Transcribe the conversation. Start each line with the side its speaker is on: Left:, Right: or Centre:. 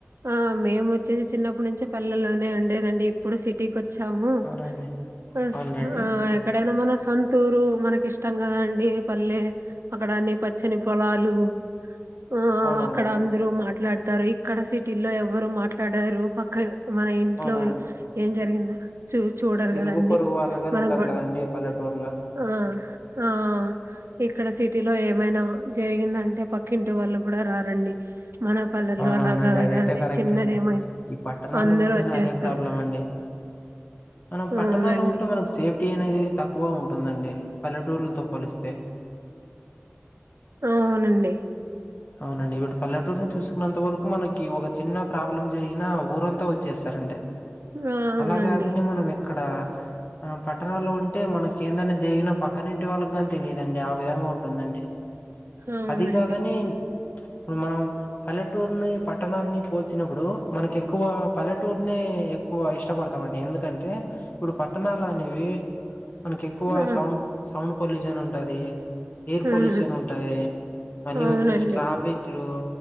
Right: ఆ మేమ్ ఒచ్ చేసి చిన్నప్పుడ్ నుంచి పల్లెల్లోనే ఉండేదండి ఇప్పుడు సిటీకొ చ్చమ్ము
Left: అవునండి
Right: బస్
Left: అవునులేండి
Right: ఆ ఎక్కడైనా మన సంతూరు మనకిష్టం గదా అండి పల్లె అక్కడ అన్నీ పచ్చని పొలాలు ఆ
Left: అవునవునండి
Right: అక్కడ అందరూ మాట్లాడ్ తరు ఇక్కడ సిటీల్లో ఎవరు మాట్లాడరు పక్క మన ఇంట్లో
Left: అవునవునండి
Right: ఏం జరిగింద చు చూడర్ గధండి
Left: ఇరుగు పొరుగు వాళ్ళుగాని
Right: మనం
Left: ఉంటారు
Right: గూడ
Left: కదండి పల్లెటూరులో
Right: ఆ ఆ ఇక్కడ సిటీలో ఏమైనా జరిగిందంటే పక్కింటి వాళ్ళు గుడ రారండి. మన పల్లెల్లో
Left: అవునవునండి
Right: అలా కాదు
Left: అదైతే
Right: కాదండి
Left: కరెక్టన్
Right: చిన్నది ఏమైనా
Left: ఈ పట్టణాల్లో
Right: అందరూ
Left: ఉంటేనే
Right: వచ్చేస్తారు
Left: అదే ప్రాబ్లెమ్ అండి. మనం పట్టణాల్లో
Right: అవునండి
Left: ఉంటే మనకు సేఫ్టీ అనేది తక్కువ ఉంటుందండి పల్లెటూర్లతో పోలిస్తే
Right: అవునండి
Left: అవునండి ఇపుడు పల్లటూర్ని చూస్నంత వరకు మనకి ఒక చిన్న ప్రాబ్లెమ్ జరిగినా ఊరంతా వచ్చేస్తారండి
Right: అవునండి
Left: అలా గాదని మనం ఇక్కడ మనం పట్టణాలో ఉంటే మనకి ఏందనా జరిగినా పక్కనింటి వాళ్ళకి గాన్ తెలిదండి ఆ విధంగా ఉంటుందండి
Right: అవునండి
Left: అది గాదని మనం పల్లెటూర్ని పట్టణాన్ని పోల్చినప్పుడు మనకి ఎక్కువ పల్లెటూర్నే ఎకు బ ఇష్టపడతామండి ఎందుకంటే ఇప్పుడు పట్టణాలు అనేవి మనకి ఎక్కువ
Right: ఆ అవునండి
Left: సౌండ్ సౌండ్ పొల్యూషన్ ఉంటది ఎయిర్
Right: అవునండి.
Left: పొల్యూషన్
Right: ఆ హ్మ్.
Left: ఉంటది మళ్ళీ
Right: అవునండి
Left: వచ్చేసి ట్రాఫిక్లు